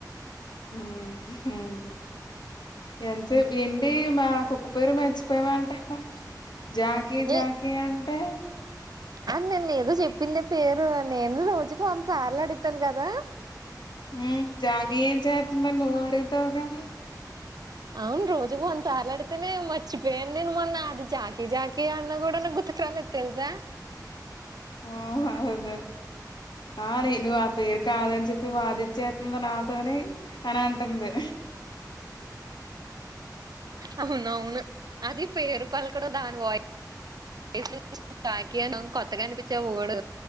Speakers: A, on the left; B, on the right.
A: మ్ అవును ఎంతసేపు ఏంటి మా కుక్క పేరు మర్చిపోయ అంటాందమ్మా జాకి జాకి
B: ఏ
A: అంటే
B: అది నేన్న ఏదో చెప్పిందే పేరు నేను రోజుకి వందసార్లు అడుగుతాను కదా
A: మ్ జాకి ఏం చేస్తుంది అని నువ్వు అడుగుతావ్ కాదె
B: అవును రోజుకు వందసార్లు అడుగుతనే మర్చిపోయాను నేను మొన్న అది జాకిీ జాకి అన్న కూడా గుర్ ర్త్తు కురాలేదు తెల్సా
A: మ్ అదే ఆ నిను ఆ పెరు కదాన్ చెప్ వాదిచ్చేతుంది నాతోని అని అంటుంది
B: అవునవును అది పెరు పాల్ కూడా దాని వాయి <unintelligible> జాకీ అని కొత్తగా అనిపించే ఆ వార్డ్